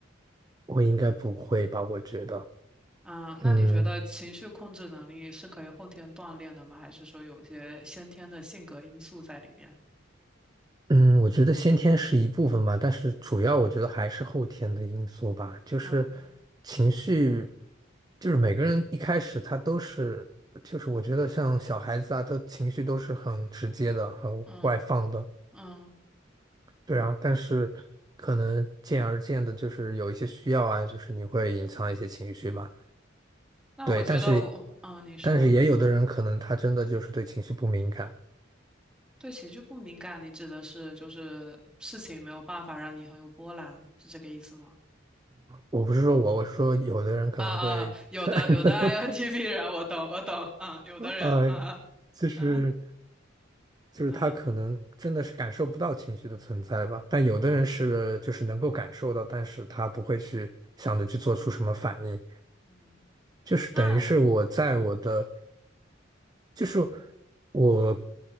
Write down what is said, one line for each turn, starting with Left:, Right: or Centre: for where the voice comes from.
Right: 我应该不会吧？我觉得，
Centre: 嗯，
Right: 嗯
Centre: 那你觉得情绪控制能力是可以后天锻炼的吗？还是说有一些先天的性格因素在里面？
Right: 嗯，我觉得先天是一部分吧，但是主要我觉得还是后天的因素吧，就是
Centre: 嗯
Right: 情绪，就是每个人一开始他都是，就是我觉得像小孩子啊，他情绪都是很直接的，很外放的，
Centre: 嗯嗯，
Right: 对啊，但是可能渐而渐的，就是有一些需要啊，就是你会隐藏一些情绪吧，
Centre: 那我觉得我，
Right: 对，但是
Centre: 嗯，你说
Right: 但是也有的人可能他真的就是对情绪不敏感。
Centre: 对情绪不敏感，你指的是就是事情没有办法让你很有波澜，是这个意思吗？
Right: 我不是说我，我是说有的人可能会，
Centre: 啊啊，有的有的
Right: <laughs>
Centre: INTP <laughs> 人，我懂我懂，嗯，有的人，
Right: 呃，
Centre: 啊
Right: 其实
Centre: 嗯
Right: 就是他可能真的是感受不到情绪的存在吧，
Centre: 嗯
Right: 但有的人是就是能够感受到，
Centre: 嗯
Right: 但是他不会去想着去做出什么反应，
Centre: 嗯，
Right: 就是等于是我在我的。
Centre: 那
Right: 就是我，